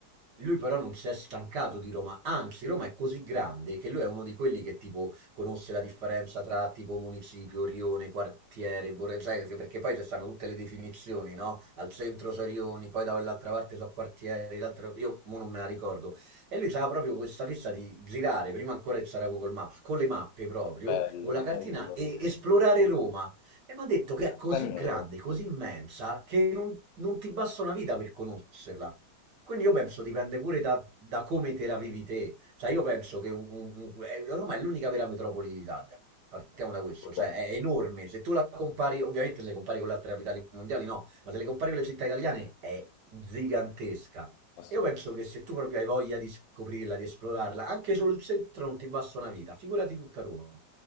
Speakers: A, on the right; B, on the left.
A: lui però non si è stancato di Roma, anzi Roma è così grande che lui è uno di quelli che tipo conosce la differenza tra tipo municipio, rione, quartiere, borgo, sai, che- perché poi ci stanno tutte le definizioni, no? Al centro sono rioni, poi da quell'altra parte sono quartieri, l'altra- io mo non me la ricordo. E lui aveva proprio questa fissa di girare, prima ancora che c'era Google Maps, con le mappe proprio,
B: Bello,
A: o la
B: bello,
A: cartina, e
B: così.
A: esplorare Roma. E mi ha detto che è così
B: Straniero,
A: grande, così immensa, che non non ti basta una vita per conoscerla. Quindi io penso dipende pure da, da come te la vivi te. Cioè io penso che un- un- un- eh, Roma è l'unica vera metropoli d'Italia. Partiamo da questo,
B: assolutamente.
A: cioè è enorme. Se tu la compari, ovviamente se le compari con le altre capitali mondiali no, ma se le compari con le città italiane è gigantesca.
B: assolutamente.
A: Io penso che se tu proprio hai voglia di scoprirla, di esplorarla, anche solo il centro non ti basta una vita, figurati tutta Roma.